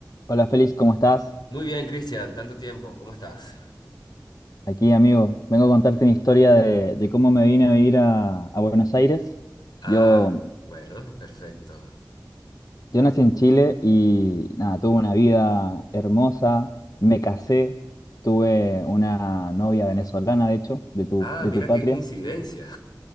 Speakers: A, on the left; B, on the left.
A: Hola Félix, ¿cómo estás?
B: Muy bien, Cristian, tanto tiempo, ¿cómo estás?
A: Aquí, amigo. Vengo a contarte mi historia de, de cómo me vine a vivir a, a Buenos Aires.
B: Ah,
A: Yo,
B: bueno, perfecto.
A: yo nací en Chile y nada, tuve una vida hermosa, me casé, tuve una novia venezolana, de hecho, de tu,
B: Ah,
A: de
B: mira
A: tu patria.
B: qué coincidencia.